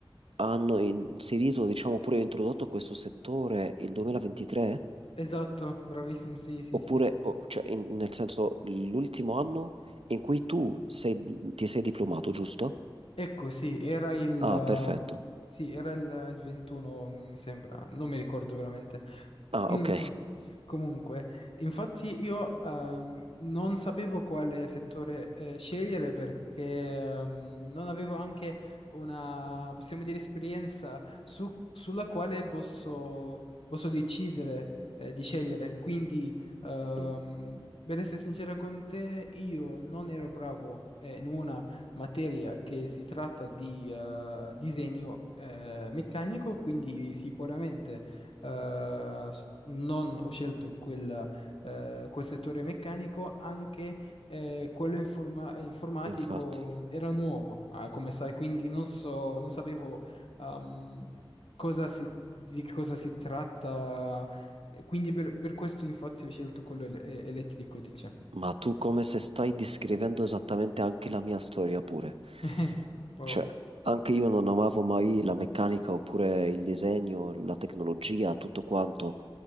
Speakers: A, on the right (about 80°); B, on the left (about 75°).
A: hanno inserito, diciamo pure introdotto questo settore il 2023?
B: Esatto, bravissimo, sì, sì,
A: Oppure,
B: sì.
A: o- cioè, in- nel senso, l'ultimo anno in cui tu sei- ti sei diplomato, giusto?
B: Ecco, sì, era il,
A: Ah,
B: eh,
A: perfetto.
B: sì, era il, il 21, mi sembra, non mi ricordo veramente.
A: Ah,
B: Comunque,
A: ok.
B: comunque, infatti io ehm, non sapevo quale settore eh, scegliere perché ehm, non avevo anche una, possiamo dire, esperienza su- sulla quale posso, posso decidere eh, di scegliere. Quindi, ehm,
A: Mm,
B: per essere sincero con te, io non ero bravo eh, in una materia che si tratta di eh, disegno eh, meccanico, quindi sicuramente eh, s- non ho scelto quel, eh, quel settore meccanico, anche eh, quello informa- informatico
A: infatti.
B: mh, era nuovo, ah, come sai, quindi non so, non sapevo ehm, cosa si- di che cosa si tratta, eh, quindi per, per questo infatti ho scelto quello ele- eh, elettrico, diciamo.
A: Ma tu come se stai descrivendo esattamente anche la mia storia pure.
B: <laughs> Wow.
A: Cioè, anche io non amavo mai la meccanica oppure il disegno, la tecnologia, tutto quanto.